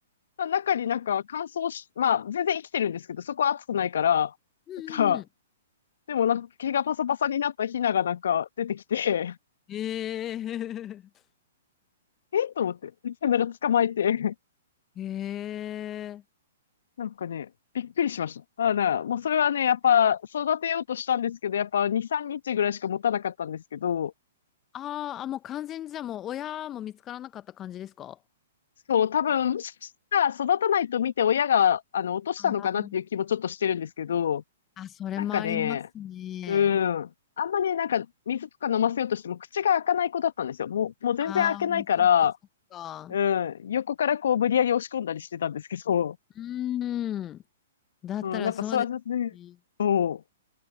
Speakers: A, on the left (about 65°); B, on the left (about 25°).
A: 中になんか乾燥し、まあ全然生きてるんですけど、そこは暑くないから、
B: うんうんうん。
A: なんか、でもなんか毛がパサパサになったヒナがなんか出てきて、
B: ええー
A: <laughs> えっと思って、なんか捕まえて、
B: <laughs> ええー
A: なんかね、びっくりしました。あーな、もうそれはね、やっぱ育てようとしたんですけど、やっぱ2、3日ぐらいしか持たなかったんですけど、
B: あーあ、もう完全にじゃあもう親も見つからなかった感じですか
A: そう、多分、もしかしたら育たないと見て親が、あの、落としたのかなっていう気もちょっとしてるんですけど、
B: ああーあ、それもありますね。
A: なんかね、うん。あんまりなんか水とか飲ませようとしても口が開かない子だったんですよ。もう、もう全然開けないから、
B: ああ、そっかそっか。
A: うん。横からこう無理やり押し込んだりしてたんですけど、
B: うーん。
A: <laughs>
B: だったらそうですね。
A: うん。なんかそうやってね、そ